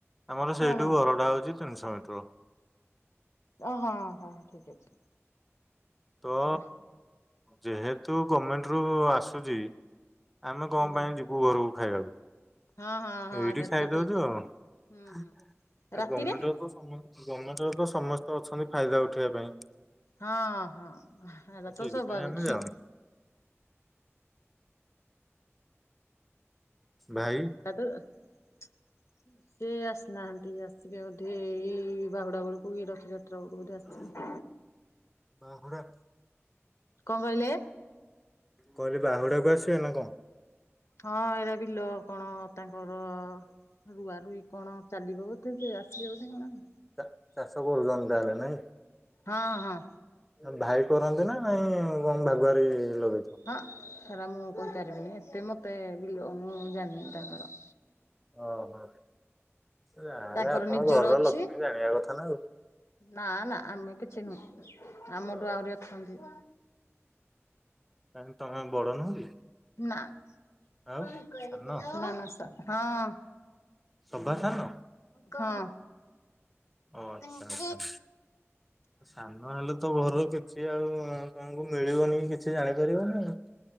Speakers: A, in the centre; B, on the left (about 75°).
A: ଆମର ସେଇଠୁ
B: ହଁ
A: ଘରଟା ହଉଛି ତିନିଶହ ମିଟର।
B: ଓ ହଁ ହଁ ଠିକ୍ ଅଛି।
A: ତ
B: କଣ
A: ଯେହେତୁ ଗମେଣ୍ଟରୁ ଆସୁଛି ଆମେ କଣ
B: ଉଁ ହୁଁ
A: ପାଇଁ ଯିବୁ ଘରୁକୁ ଖାଇବାକୁ।
B: ହଁ ହଁ। ହଁ
A: ଏଇଠି
B: ଏଟା
A: ଖାଇଦଉଛୁ
B: ତ ଠିକ କଥା
A: ଆଉ।
B: ହୁଁ
A: ଆଉ
B: ହୁଁ। ରାତିରେ
A: ଗର୍ମେଣ୍ଟର ତ ସମସ୍ତେ। ଗର୍ମେଣ୍ଟର ତ ସମସ୍ତେ ଅଛନ୍ତି ଫାଇଦା ଉଠେଇବା ପାଇଁ।
B: ହଁ ହଁ ହେଇଟା
A: ସେଇଥିପାଇଁ
B: ତ ସ୍ଵାଭାବିକି।
A: ଆମେ ଯାଉନୁ। ଭାଇ।
B: <unintelligible> ସେ ଆସିନାହାନ୍ତି ଆସିବେ ବଧେ, ଏଇ ବାହୁଡ଼ା ବେଳକୁ ଏ ରଥଯାତ୍ <unintelligible>
A: ବାହୁଡ଼ା।
B: କଣ କହିଲେ?
A: କହିଲି ବାହୁଡ଼ାକୁ ଆସିବେ ନା କଣ?
B: ହଁ ଏଇରା ବିଲ କଣ ତାଙ୍କର। ରୁଆ ରୁଇ କଣ ଚାଲିବ ବୋଧେ ସେ ଆସିବେ ବୋଧେ କଣ ଆଉ।
A: ଚା ଚାଷ କରୁଚନ୍ତି ତହାଲେ ନାଇଁ?
B: ହଁ ହଁ।
A: ତମ ଭାଇ କରନ୍ତି ନା ନାଇଁ କଣ ଭାଗୁଆରୀ ଲଗେଇଛ?
B: ହଁ ଏରା ମୁଁ କହି ପାରିବିନି, ଏତେ ମୋତେ ବିଲୋ ମୁଁ ଜାଣିନି ତାଙ୍କର।
A: ଓହୋ, ଜାହେଲେ
B: ତାଙ୍କର
A: ଆପଣଙ୍କ
B: ନିଜର
A: ଘରର
B: ଅଛି।
A: ଲକ୍ଷ୍ମୀ ଜାଣିବା କଥା ନା ଆଉ।
B: ନା ନା ଆମେ କିଛି ନୁହଁ,
A: ଆଉ।
B: ଆମଠୁ ଆହୁରି ଅଛନ୍ତି।
A: କାହିଁ ତମେ ବଡ଼ ନୁହଁ କି?
B: ନାଁ
A: ଆଉ
B: <unintelligible>
A: ସାନ
B: ନା ନା ସା ହଁ।
A: ସଭା ସାନ?
B: ହଁ।
A: ଓ ଆଚ୍ଛା
B: ତ ଠିକ
A: ଆଚ୍ଛା, ସାନ ହେଲେ ତ ଘରର କି ସିଏ ଆଉ ତୁମକୁ ମିଳିବନି କିଛି ଜାଣି ପାରିବନି।